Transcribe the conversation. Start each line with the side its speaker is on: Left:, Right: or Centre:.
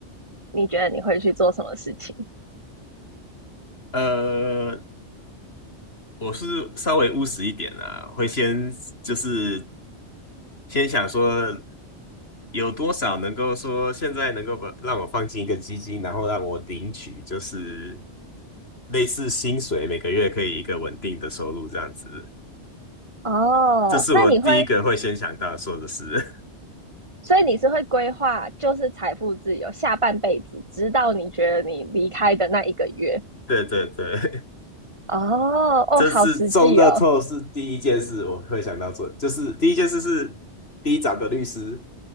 Right: 你觉得你会去做什么事情？
Left: 呃，我是稍微务实一点啊，会先就是先想说有多少能够说现在能够把让我放进一个基金，然后让我领取就是类似薪水，每个月可以一个稳定的收入这样子。
Right: 哦，
Left: 这是我第一个会先想到说的事。
Right: 那你会，所以你是会规划，就是财富自由下半辈子，直到你觉得你离开的那一个月。
Left: <laughs> 对对对，
Right: 哦哦，
Left: 这是中乐透是第一件事我会想到做，
Right: 好实际哦，
Left: 就是第一件事是第一找个律师，